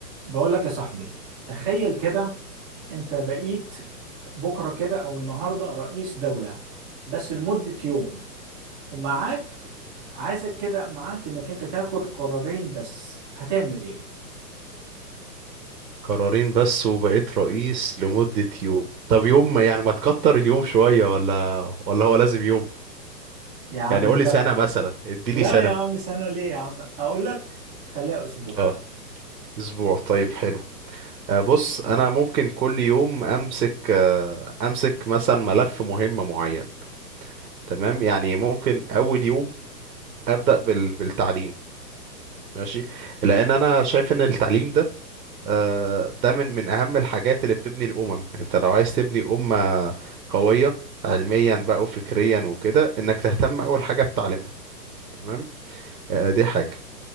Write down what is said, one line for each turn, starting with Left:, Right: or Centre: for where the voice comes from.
Centre: بقول لك يا صاحبي تخيل كده انت بقيت بكره كده او النهارده رئيس دولة بس لمدة يوم ومعاك عايزك كده معاك انك انت تاخد قرارين بس هتعمل ايه
Right: قرارين بس وبقيت رئيس لمدة يوم طب يوم يعني ما تكتر اليوم شوية ولا ولا هو لازم يوم
Centre: يا عم
Right: يعني قولي
Centre: نكتر
Right: سنة مثلا اديني
Centre: لا
Right: سنة
Centre: يا عم سنة ليه يا عم اقول لك خليها اسبوع
Right: اه اسبوع طيب حلو آه، بص انا ممكن كل يوم امسك آه، امسك مثلا ملف مهم معين تمام يعني ممكن اول يوم ابدا بال... بالتعليم ماشي لان انا شايف ان التعليم ده آه، ده من من اهم الحاجات اللي بتبني الامم انت لو عايز تبني امه قويه علميا بقى وفكريا وكده انك تهتم اول حاجه بتعليمها تمام آه، دي حاجه